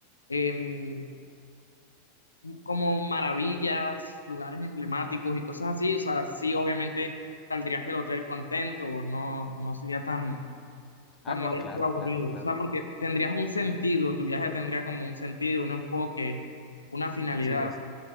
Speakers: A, on the left; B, on the left.
A: em, como maravillas, lugares emblemáticos y cosas así, o sea, sí, obviamente saldrías del hotel contento, no, no sería tan
B: Ah,
A: Está molesto,
B: no, claro,
A: aburrido.
B: claro, claro.
A: O sea, porque tendrías un sentido, tu viaje tendría como un sentido, un enfoque, una finalidad.
B: Sí, des-